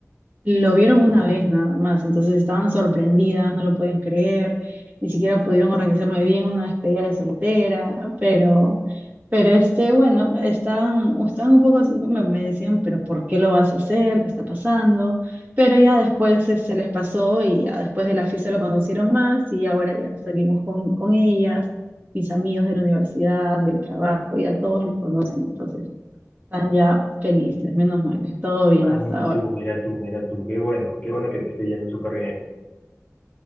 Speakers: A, on the right; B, on the left.
A: Lo vieron una vez nada más, entonces estaban sorprendidas, no lo podían creer, ni siquiera pudieron organizarme bien una despedida de soltera, pero, pero este, bueno, estaban, estaban un poco, así, me, me decían, pero ¿por qué lo vas a hacer? ¿Qué está pasando? Pero ya después eh, se les pasó y ya después de la fiesta lo conocieron más y ahora ya salimos con, con ellas, mis amigos de la universidad, del trabajo, ya todos los conocen, entonces están ya felices, menos mal, todo bien
B: Ah,
A: hasta
B: mira
A: ahora.
B: tú, mira tú, mira tú. Qué bueno, qué bueno que te esté yendo súper bien.